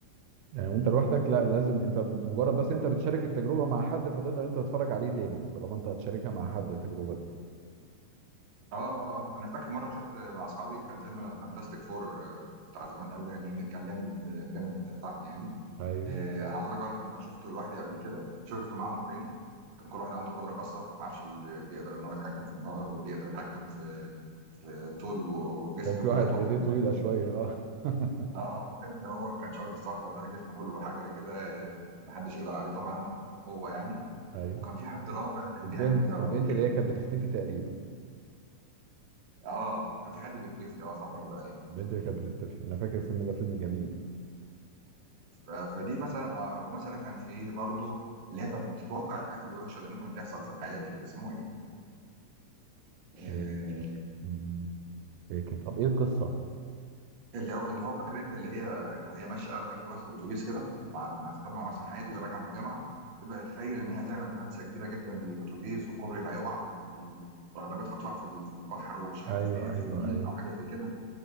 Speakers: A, on the right; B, on the right.
A: يعني وانت لوحدك لا لازم انت مجرد بس انت بتشارك التجربة مع حد فتقدر انت تتفرج عليه تاني طالما انت هتشاركها مع حد التجربة دي
B: اه اه آه. انا فاكر مره شفت مع اصحابي كان فيلم فانتاستيك فور بتاع زمان قوي ده كان جميل كان جامد جامد طحن يعني
A: ايوه
B: آه، انا عاوز اقول لك بعد ما شفته لوحدي قبل كده شفته معاهم تاني كان كل واحد عنده قدره خاصه ما اعرفش اللي بيقدر ان هو يتحكم في النار واللي يقدر يتحكم في في طول و- وجسمه
A: كان في
B: يفضل
A: واحد
B: يطول
A: ايديه
B: لحد
A: طويلة
B: الاخر
A: شوية اه <laughs>
B: اه والتاني اللي هو كان شبه الصخرة ده جسمه كله حجري كده محدش يقدر عليه طبعا في القوة يعني
A: ايوه
B: وكان في حد رابع كان
A: البنت
B: بيعمل ايه يا ربي
A: البنت
B: كان
A: اللي هي كانت بتختفي تقريبا
B: اه كان في حد بيختفي اه صح كده ايوه
A: البنت اللي كانت بتختفي انا فاكر الفيلم ده فيلم جميل
B: ف- فدي مثلا آه مثلا كان في برضه اللي هي كانت بتتوقع الحاجات الوحشة اللي ممكن تحصل في الحياة دي كان اسمه ايه؟ آه،
A: إيه، مم، فاكر طب ايه القصة
B: اللي هو اللي هو فاكر انت اللي هي وهي ماشيه راكبه مثلا الاتوبيس كده مع مع اصحابها مثلا عادي وراجعه من الجامعه تبدا تتخيل ان هي هتعمل حادثه كبيره جدا بالاتوبيس والكوبري هيقع وال... والعربيات هتقع في ال- في البحر ومش عارف
A: ايوه
B: ايه
A: ايوه
B: في النيل
A: ايوه
B: او حاجه زي كده